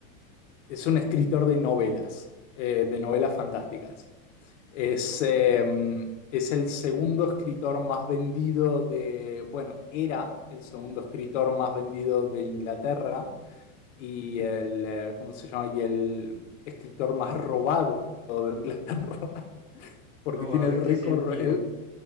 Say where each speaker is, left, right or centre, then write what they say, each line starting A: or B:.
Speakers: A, on the left; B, on the right.
A: es un escritor de novelas, eh, de novelas fantásticas. Es, eh, es el segundo escritor más vendido de, bueno, era el segundo escritor más vendido de Inglaterra y el, eh, ¿cómo se llama? Y el escritor más robado de Inglaterra, <laughs> porque
B: ¿Robado
A: tiene el
B: en
A: récord,
B: qué sentido?
A: el-